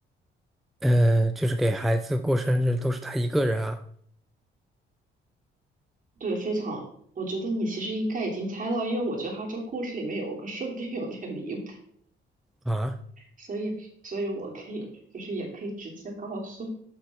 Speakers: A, in the centre; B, on the right (about 40°).
A: 呃，就是给孩子过生日都是他一个人啊
B: 对，非常，我觉得你其实应该已经猜到，因为我觉得他这故事里面有个设定有点离谱，
A: 啊，
B: 所以，所以我可以就是也可以直接告诉